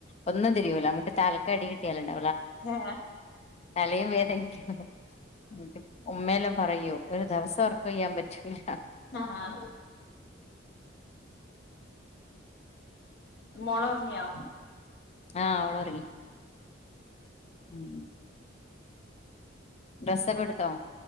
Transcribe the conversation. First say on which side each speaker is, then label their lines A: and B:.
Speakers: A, on the left (about 35°); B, on the left (about 60°).
A: ഒന്നും തിരിയൂലാ നമുക്ക് തലക്കടി കിട്ടിയോലെണ്ട
B: ആ
A: <unintelligible> വേദനിക്കും ന്നിട്ട് ഉമ്മയെല്ലാം പറയും ഒരു ദിവസം ഒർക്കൊഴിയാൻ പറ്റൂല്ല.
B: ആഹ് ആഹ് മോളോറങ്ങിയോ?
A: ആ അവളോറങ്ങി. ഉം ഡ്രസ്സൊക്കെടുത്തോ?